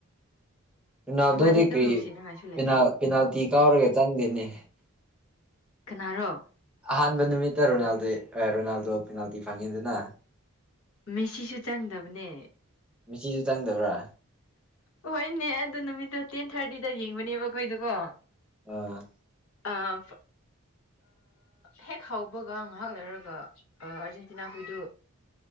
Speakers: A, in the centre; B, on the left.
A: ꯔꯣꯅꯥꯜꯗꯣꯗꯒꯤ
B: ꯃꯥꯗꯤ ꯑꯗꯨꯝ
A: ꯀꯔꯤ
B: ꯅꯨꯡꯁꯤꯅꯉꯥꯏꯁꯨ ꯂꯩꯌꯦ
A: ꯄ ꯄꯦꯅꯥꯜꯇꯤ ꯀꯥꯎꯔꯒ ꯆꯪꯗꯦꯅꯦ
B: ꯀꯅꯥꯔꯣ
A: ꯑꯍꯥꯟꯕ ꯅꯨꯃꯤꯠꯇ ꯔꯣꯅꯥꯜꯗꯣ ꯔꯣꯅꯥꯜꯗꯣ ꯄꯦꯅꯥꯜꯇꯤ ꯐꯪꯉꯤꯗꯅ
B: ꯃꯦꯁꯤꯁꯨ ꯆꯪꯗꯕꯅꯦ
A: ꯃꯦꯆꯤꯁꯨ ꯆꯪꯗꯕ꯭ꯔꯥ
B: ꯍꯣꯏꯅꯦ ꯑꯗꯨ ꯅꯨꯃꯤꯠꯇꯣ ꯇꯦꯟ ꯊꯥꯔꯇꯤꯗ ꯌꯦꯡꯕꯅꯦꯕ ꯑꯩꯈꯣꯏꯗꯀꯣ
A: ꯑ
B: ꯑ ꯍꯦꯛ ꯍꯥꯎꯕꯒ ꯉꯥꯏꯍꯥꯛ ꯂꯩꯔꯒ ꯑꯥꯔꯖꯦꯟꯇꯤꯅꯥ ꯍꯨꯏꯗꯨ